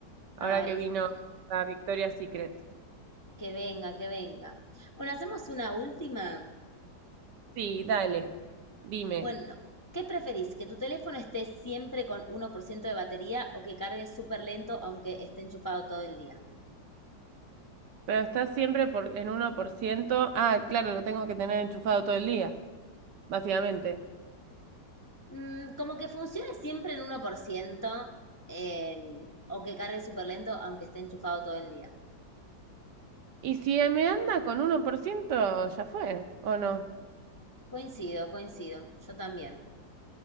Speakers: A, on the left (about 30°); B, on the right (about 75°).
A: Ay,
B: ahora que vino
A: sí,
B: a Victoria's Secret.
A: que venga, que venga. Bueno, hacemos una última.
B: Sí, dale. Dime.
A: Bueno, ¿qué preferís? ¿Que tu teléfono esté siempre con uno por ciento de batería o que cargue súper lento aunque esté enchufado todo el día?
B: Pero está siempre por, en uno por ciento Ah, claro, lo tengo que tener enchufado todo el día, básicamente.
A: Mm, como que funcione siempre en 1% em, o que cargue súper lento aunque esté enchufado todo el día.
B: Y si me anda con uno por ciento ya fue, ¿o no?
A: Coincido, coincido. Yo también.